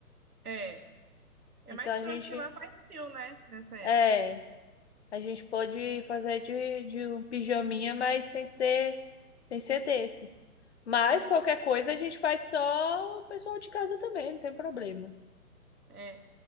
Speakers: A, on the right (about 75°); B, on the left (about 45°).
A: é, é
B: Então
A: mais
B: a
A: grosso
B: gente.
A: que lá faz frio, né? Nessa época.
B: É. A gente pode fazer de, de um pijaminha, mas sem ser Tem que ser desses. Mas qualquer coisa a gente faz só o pessoal de casa também, não tem problema.
A: É.